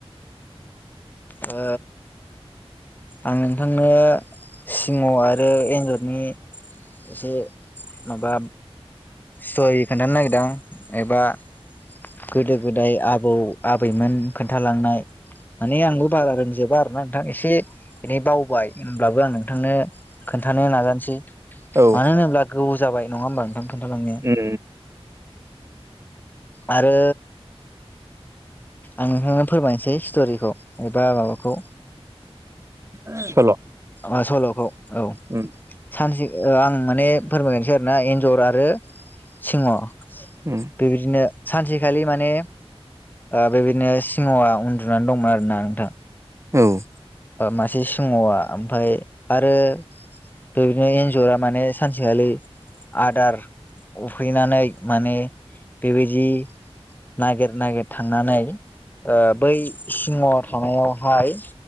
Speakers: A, on the left; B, on the right.
A: ओ आं नोंथांनो सिमाव आरो एन्जरनि एसे माबा सय खोन्थानो नागिरदों एबा गोदो गोदाय आबौ आबैमोन खोन्थालांनाय माने आंबो बागा होनजोबा आरोना नोंथां एसे दिनै बावबाय होनब्लाबो आं नोंथांनो खोन्थानो नाजानोसै
B: औ
A: मानो होनोब्ला गोौ जाब नङा ओमबा नोंथां खोन्था लांनाया?
B: उम
A: आरो आं नोंथांनो फोरमायनोसै स्ट'रिखौ एबा माबाखौ
B: उम सल'
A: अ सल'खौ औ
B: उम
A: सानसे आं माने फोरमायगोनसै आर ना एन्जर आरो सिङाव
B: उम
A: बेबायदिनो सानसेखालि माने बेबायदिनो सिङावआ उन्दुनानै दंमोन आरो ना नोंथां।
B: औ
A: मासे सिङावा ओमफाय आरो बेबायदिनो एन्जरा माने सानसेखालि आदार उफैनानै माने बेबायदि नागिर नागिर थांनानै बै सिंह थानायावहाय